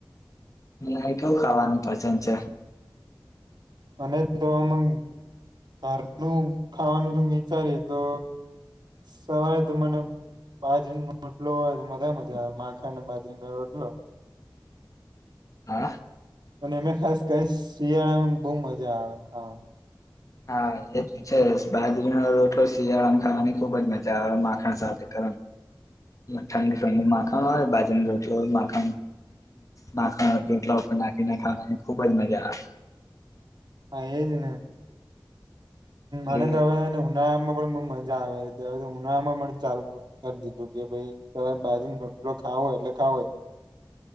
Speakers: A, on the left; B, on the right.
A: નાટું ખાવાનું પસંદ છે
B: અને તોમાં ઘરનું ખાવાનું વિચારી તો સવારે તો મને બાજરીનો રોટલો હોય તો મજા મજા આવે માખા અને બાજરીનો રોટલો
A: હા
B: અને અમે ખાસ કઈ શિયાળામાં બહુ મજા આવે ખાવામાં
A: હા એ છે બાજરીનો રોટો શિયાળાને ખાવાની ખુબજ મજા આવે માખણ સાથે હ ઠંડી ઠંડી માખા હોય ભાજી ને રોતલો હોય માખ નાખનેખલા નાખીને ખાવાની ખુબ જ મજા આવે
B: <inaudible> એજને
A: આવે
B: અને તો હવે ઉનામાં પણ મજા આવે ર હ ઉનાામાં પણ ચાલુ કરી દીધું કે ભાઈ સવારે બાજુોટલો ખાવો હોય. એટલે કા હોય